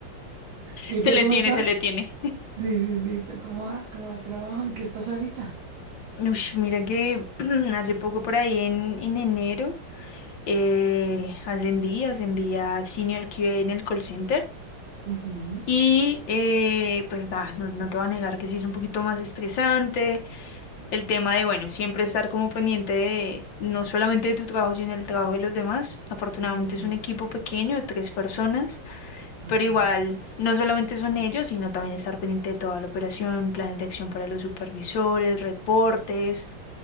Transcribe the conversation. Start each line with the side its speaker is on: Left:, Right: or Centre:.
Right: ¿Y
Left: Se
Right: tú
Left: le
Right: cómo
Left: tiene,
Right: estás?
Left: se le tiene.
Right: Sí, sí, sí. ¿Tú cómo vas? ¿Cómo va el trabajo? ¿En qué estás ahorita?
Left: Ush, mira que <clears throat> hace poco por ahí en, en enero eh, ascendí, ascendí a Senior QA en el call center.
Right: Ujú,
Left: Y eh, pues nada, no, no te voy a negar que sí es un poquito más estresante, el tema de, bueno, siempre estar como pendiente de, no solamente de tu trabajo, sino del trabajo de los demás. Afortunadamente
Right: ujú.
Left: es un equipo pequeño, tres personas, pero
Right: Ok.
Left: igual no solamente son ellos, sino también estar pendiente de toda la operación, planes de acción para los supervisores, reportes.